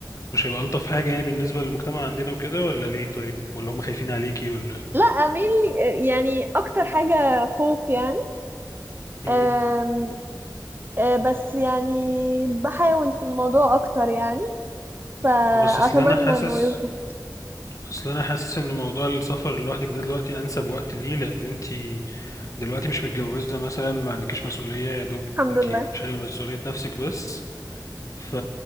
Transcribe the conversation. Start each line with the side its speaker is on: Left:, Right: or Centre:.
Left: مش هيبقى الطف حاجة يعني بالنسبة للمجتمع عندنا وكده ولا ليه طيب ولا هم خايفين عليكي ولا
Right: لا أميل يعني أكتر حاجة خوف يعني
Left: امم
Right: آم، آه بس يعني بحاول في الموضوع أكتر يعني فأتمنى
Left: بس اصل انا حاسس
Right: إنه يظبط
Left: اصل انا حاسس ان موضوع السفر لوحدك ده دلوقتي انسب وقت ليه لان انت دلوقتي مش متجوزة مثلا ما عندكيش مسؤولية يا دوب
Right: الحمد
Left: انت
Right: لله
Left: شايلة مسؤولية نفسك بس ف...